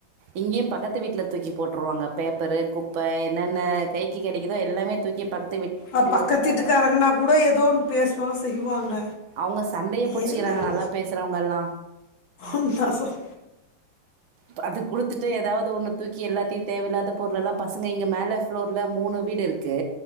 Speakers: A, on the right; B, on the left.
A: இங்கியு பக்கத்து வீட்ல தூக்கி போட்டுருவாங்க பேப்பரு குப்ப என்னென்ன கைக்கு கெடைக்குதோ எல்லாமே தூக்கி பக்கத்
B: அ பக்கத்து வீட்டு காரங்கன்னா கூட ஏதோன் பேசுவாங் செய்வாங்க
A: அவங்க சண்டயே புடிச்சிக்கிறாங்க
B: என்னங்க
A: நல்லா பேசுறவங்க எல்லா
B: ஒன்றா சொல்
A: ப அது குடுத்துட்டு ஏதாவது ஒண்ணு தூக்கி எல்லாத்தையு தேவயில்லாத பொருள் எல்லா பசங்க இங்க மேல ப்ளோர்ல மூணு வீடு இருக்கு